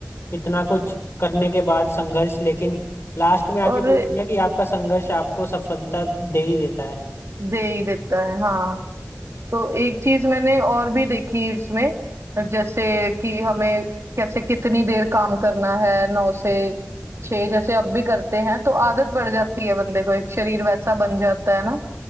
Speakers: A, on the left; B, on the right.
A: इतना कुछ करने के बाद संघर्ष लेकिन लास्ट में आके
B: और
A: वही है ना कि आपका संघर्ष आपको सफलता दे ही देता है
B: दे ही देता है हाँ तो एक चीज मैंने और भी देखी इसमें जैसे कि हमें कैसे कितनी देर काम करना है नौ से छह जैसे अब भी करते हैं तो आदत पड़ जाती है बंदे को एक शरीर वैसा बन जाता है ना